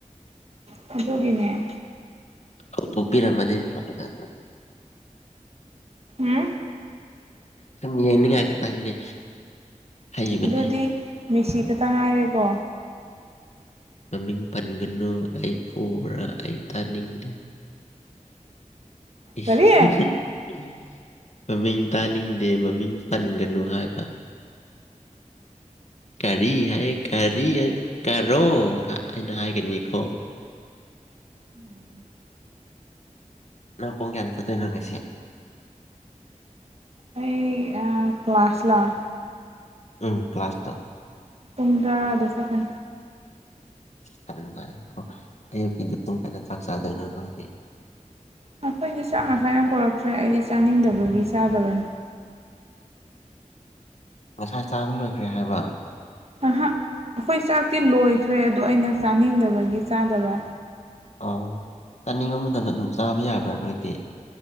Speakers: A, on the right; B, on the left.
A: ꯊꯥꯗꯣꯛꯒꯤꯅꯦ
B: ꯑ ꯇꯣꯛꯄꯤꯔꯝꯃꯗꯤ ꯐꯒꯗ
A: ꯎꯝ
B: ꯁꯨꯝ ꯌꯦꯡꯅꯤꯡꯉꯥꯏ ꯈꯇꯪꯒꯤ ꯍꯩꯕꯅꯤ
A: ꯑꯗꯨꯗꯤ ꯃꯦꯁꯤ ꯈꯛꯇ ꯉꯥꯏꯔꯦꯀꯣ
B: ꯃꯃꯤꯡ ꯄꯟꯒꯅꯨ ꯑꯩ ꯄꯨꯔꯥ ꯑꯩ ꯇꯥꯅꯤꯡꯗꯦ <inaudible>
A: ꯀꯔꯤ
B: ꯃꯃꯤꯡ ꯇꯥꯅꯤꯡꯗꯦ ꯃꯃꯤꯡ ꯄꯟꯒꯅꯨ ꯍꯥꯏꯕ ꯀꯔꯤ ꯍꯥꯏꯌꯦ ꯀꯔꯤ ꯍꯥꯏ ꯀꯔꯣ ꯑꯩꯅ ꯍꯥꯏꯒꯅꯤꯈꯣ <unintelligible>
A: ꯎꯝ
B: ꯅ ꯄꯨꯡ ꯀꯌꯥꯗꯠꯇ ꯇꯣꯏꯅꯔꯒꯁꯤꯦ
A: ꯑꯩ ꯑꯥ ꯀ꯭ꯂꯥꯁ ꯂ
B: ꯎꯝ ꯀ꯭ꯂꯥꯁꯥꯁ ꯇ
A: ꯄꯨꯟꯗ ꯑꯗ ꯁꯀ
B: ꯑ ꯌꯥꯝ ꯅꯨꯡꯉꯥꯏ ꯀꯣ ꯑꯌꯨꯛꯀꯤꯗꯤ ꯄꯨꯡ ꯀꯌꯥꯗ ꯆꯥꯛ ꯆꯥꯗꯣꯏꯅꯣ ꯅꯣꯏꯅꯦ
A: ꯑꯩꯈꯣꯏꯗꯤ ꯆꯥꯛ ꯉ ꯊꯥꯏꯅ ꯄꯨꯔꯛꯇ꯭ꯔꯦ ꯑꯩꯗꯤ ꯆꯥꯅꯤꯡꯗꯕꯒꯤ ꯆꯥꯗꯕꯅꯤ
B: ꯉꯁꯥꯏ ꯆꯥꯕ ꯂꯣꯏꯈ꯭ꯔꯦ ꯍꯥꯏꯕ
A: ꯉꯍꯥꯛ ꯑꯩꯈꯣꯏ ꯆꯥꯛꯇꯤ ꯂꯣꯏꯈ꯭ꯔꯦ ꯑꯗꯣ ꯑꯩꯅ ꯆꯥꯅꯤꯡꯗꯕꯒꯤ ꯆꯥꯗꯕ
B: ꯑ ꯆꯥꯅꯤꯡꯕ ꯃꯇꯝꯗ ꯑꯗꯨꯝ ꯆꯥꯕ ꯌꯥꯕ꯭ꯔꯥ ꯅꯣꯏꯗꯤ